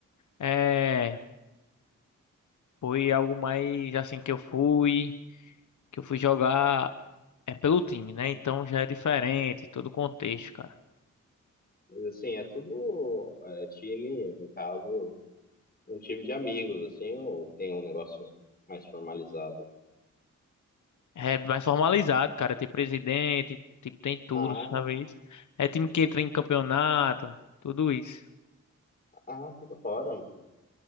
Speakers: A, on the left; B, on the left.
A: é, foi algo mais, assim, que eu fui, que eu fui jogar, é, pelo time, né? Então já é diferente, todo o contexto, cara.
B: mas assim, é tudo é, time, no caso um time de amigos, assim, ou tem um negócio mais formalizado?
A: É mais formalizado, cara. Tem presidente, tipo, tem tudo,
B: Ah,
A: sabe isso? É time que entra em campeonato, tudo isso.
B: ah, que da hora, mano.